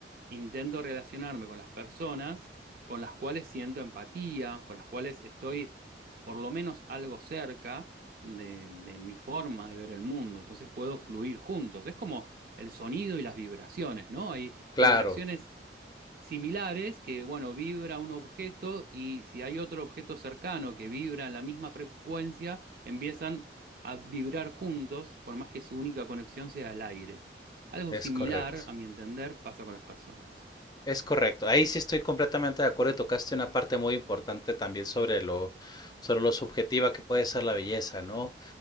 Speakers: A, on the right (about 50°); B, on the left (about 25°).
A: intento relacionarme con las personas con las cuales siento empatía, con las cuales estoy por lo menos algo cerca de, de mi forma de ver el mundo. Entonces puedo fluir juntos. Es como el sonido y las vibraciones, ¿no? Hay
B: claro,
A: vibraciones similares que, bueno, vibra un objeto y si hay otro objeto cercano que vibra en la misma frecuencia, empiezan a vibrar juntos, por más que su única conexión sea el aire. Algo
B: es
A: similar,
B: correcto.
A: a mi entender, pasa con las personas.
B: Es correcto. Ahí sí estoy completamente de acuerdo y tocaste una parte muy importante también sobre lo, sobre lo subjetiva que puede ser la belleza, ¿no?